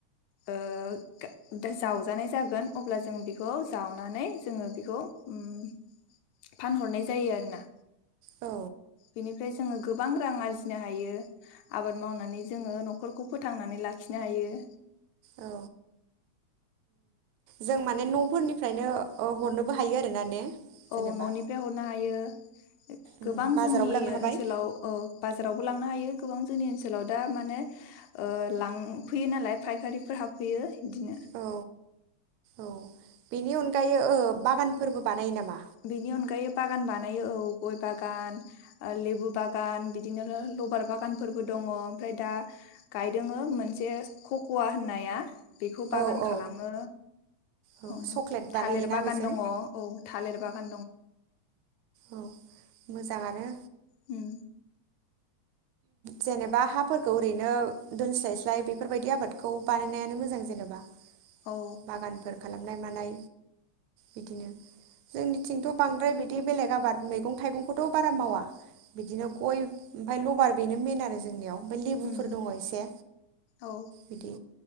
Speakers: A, on the left (about 80°); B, on the right (about 80°).
A: ओ दा दा जावजानाय जागोन अब्ला जों बिखौ जावनानै जोङो बिखौ उम फानहरनाय जायो आरो ना।
B: औ
A: बिनिफ्राय जोङो बां रां आरजिनो हायो, आबाद मावनानै जोङो न'खरखौ फोथांनानै लाखिनो हायो।
B: औ जों माने न'फोरनिफ्रायनो ओ हरनोबो हायो आरोना ने जेनेबा
A: औ न'निफ्राय हरनो हायो गोबां
B: उम बाजारावबो
A: जोंनि
B: लांनो हाबाय
A: ओनसोलाव ओ बाजारावबो लांनो हायो गोबां जोंनि ओनसोलाव दा माने ओ लांफैयो नालाय फायखारिफोर हाबफैयो। बिदिनो
B: औ औ बिनि अनगायो ओ बागान फोरबो बानायो नामा
A: बिनि अनगायै बागान बानायो औ गय बागान ओ लेबु बागान बिदिनो लबार बागानफोरबो दङ ओमफ्राय दा गायदोङो मोनसे खक'वा होननाया बिखौ बागान
B: औ
A: खालामो
B: औ औ
A: उम
B: चक्लेट बानायोना
A: थालिर बागान
B: बेजों
A: दङ औ थालेर बाग अ
B: औ मोजाङानो
A: उम
B: जेनेबा हाफोरखौ ओरैनो दोनस्लाय स्लाय बेफोरबायदि आबादखौ बानायनायानो मोजां जेनेबा
A: औ
B: बागानफोर खालामनाय मानाय बिदिनो जोंनिथिंथ' बांद्राय बिदि बेले आबाद मैगं थाइगंखौथ' बारा मावा बिदिनो गय अभार बेनो मेन आरो जोंनियाव ओमफाय लेबुफोर
A: उम
B: दङ एसे
A: औ
B: बिदि।